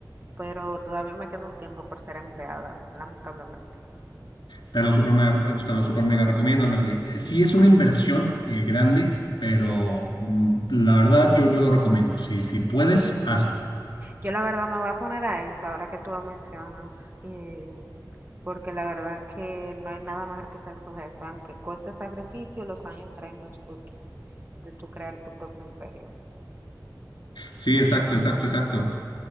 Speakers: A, on the right; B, on the left.
A: pero todavía me queda un tiempo por ser empleada, lamentablemente.
B: Te lo super mega, te lo super mega recomiendo, Anderly. Eh, Sí es una inversión eh, grande, pero mm, la verdad yo, yo lo recomiendo. Si, si puedes, hazlo.
A: Yo la verdad me voy a poner a eso ahora que tú lo mencionas. eh, porque la verdad que no hay nada mejor que ser su jefe, aunque cueste sacrificio, los años traen los frutos de tu crear tu propio imperio.
B: Sí, exacto, exacto, exacto.